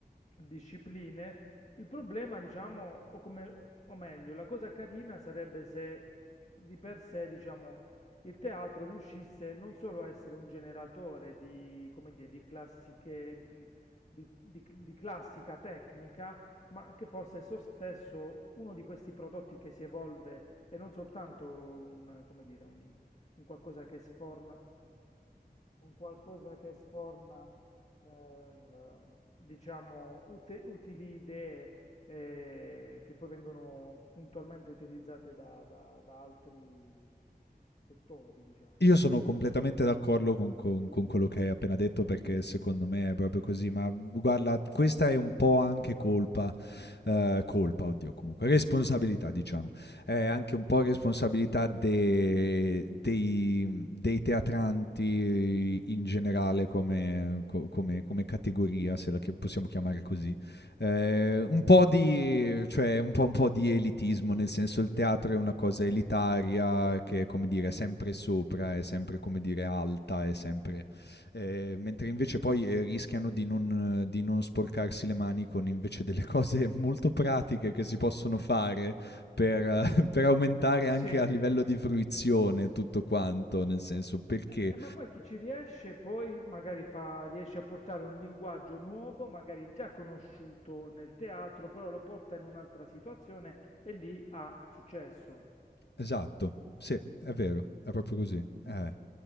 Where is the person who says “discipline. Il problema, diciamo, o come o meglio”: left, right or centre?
Left